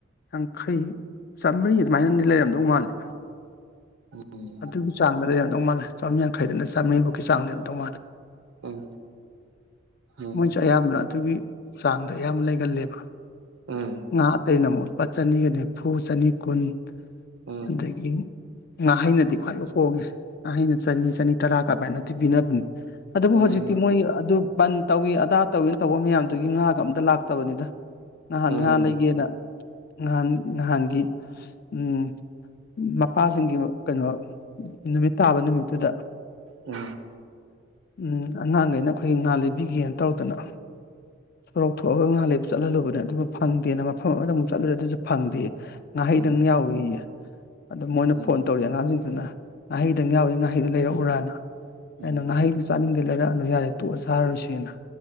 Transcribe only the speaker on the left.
ꯌꯥꯡꯈꯩ ꯆꯥꯝꯃꯔꯤ ꯑꯗꯨꯃꯥꯏꯅꯗꯤ ꯂꯩꯔꯝꯗꯧ ꯃꯥꯜꯂꯤ
ꯑꯗꯨꯒꯤ ꯆꯥꯡꯗ ꯂꯩ ꯑꯗꯨꯧ ꯃꯥꯜꯂ ꯆꯝꯃ ꯌꯥꯡꯈꯗ ꯆꯥꯝꯔꯤꯨꯒꯤ ꯆꯥꯡꯗꯤꯝꯧ ꯃꯥꯜꯂꯦ
ꯃꯣꯏꯁꯨ ꯑꯌꯥꯝꯕꯅ ꯑꯗꯨꯒꯤ ꯆꯥꯡꯗ ꯌꯥꯝ ꯂꯩꯒꯜꯂꯦꯕ
ꯉꯥ ꯑꯇꯩꯅ ꯑꯃꯨꯛ ꯂꯨꯄꯥ ꯆꯅꯤꯒ ꯅꯤꯐꯨ ꯆꯅꯤ ꯀꯨꯟ
ꯑꯗꯒꯤ ꯉꯥ ꯍꯩꯅꯗꯤ ꯈ꯭ꯋꯥꯏ ꯍꯣꯡꯉꯦ ꯑꯩꯅ ꯆꯅꯤ ꯆꯅꯤ ꯇꯔꯥ ꯀꯃꯥꯏꯅꯗꯤ ꯄꯤꯅꯕꯅꯦ ꯑꯗꯨꯕꯨ
ꯍꯧꯖꯤꯛꯇꯤ ꯃꯣꯏ ꯑꯗꯨ ꯕꯟ ꯇꯧꯋꯤ ꯑꯗꯥ ꯇꯧꯋꯤꯅ ꯇꯧꯕ ꯃꯌꯥꯝ ꯑꯗꯨꯒꯤ ꯉꯥꯒ ꯑꯝꯇ ꯂꯥꯛꯇꯕꯅꯤꯗ ꯉꯍꯥꯟ
ꯉꯍꯥ ꯂꯩꯒꯦꯅ ꯉꯍꯥꯟ ꯉꯍꯥꯟꯒꯤ ꯎꯝ ꯃꯄꯥꯁꯤꯡꯒꯤ ꯀꯩꯅꯣ ꯅꯨꯃꯤꯠ ꯇꯥꯕ ꯅꯨꯃꯤꯠꯇꯨꯗ
ꯎꯝ ꯑꯉꯥꯡꯈꯩꯅ ꯑꯩꯈꯣꯏꯒꯤ ꯉꯥ ꯂꯩꯕꯤꯒꯦꯅ ꯇꯧꯔꯛꯇꯅ ꯁꯣꯔꯣꯛ ꯊꯣꯛꯑꯒ ꯉꯍꯥ ꯂꯩꯦꯞ ꯆꯠꯍꯜꯂꯨꯕꯅꯦ ꯑꯗꯨ ꯐꯪꯗꯦꯅ ꯃꯐꯝ ꯑꯃꯗ ꯑꯃꯨꯛ ꯆꯠꯂꯨꯔꯦ ꯑꯗꯨꯁꯨ ꯐꯪꯗꯦ ꯉꯥꯍꯩꯗꯪ
ꯌꯥꯎꯏꯌꯦ ꯑꯗ ꯃꯣꯏꯅ
ꯐꯣꯟ ꯇꯧꯔꯤ ꯑꯉꯥꯡꯁꯤꯡꯗꯨꯅ ꯉꯥꯍꯩꯗꯪ ꯌꯥꯎꯏ ꯉꯥꯍꯩꯗ ꯂꯩꯔꯛꯎꯔꯅ
ꯑꯩꯅ ꯉꯥꯍꯩꯗꯨ ꯆꯥꯅꯤꯡꯗꯦ ꯂꯩꯔꯛꯑꯅꯨ ꯌꯥꯔꯦ ꯇꯣꯛꯑ ꯆꯥꯔꯨꯁꯦꯅ